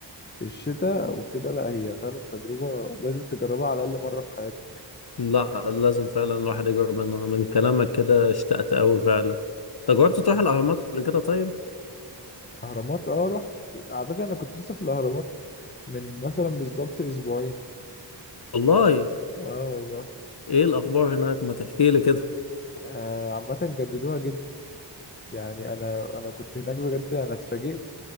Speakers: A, on the left; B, on the left.
A: في الشتاء وكده لا هي فعلا تجربة لازم تجربها على الأقل مرة في حياتك
B: لا لازم فعلا الواحد يجرب منها من كلامك كده اشتقت قوي فعلا انت جربت
A: آه،
B: تروح الاهرامات قبل كده طيب
A: أهرامات اه رحت على فكرة أنا كنت لسه في الأهرامات من مثلا بالظبط أسبوعين
B: والله
A: اه والله
B: ايه الاخبار هناك ما تحكي لي كده
A: آه، عامة جددوها جدا يعني أنا أنا كنت هناك بجد أنا اتفاجئت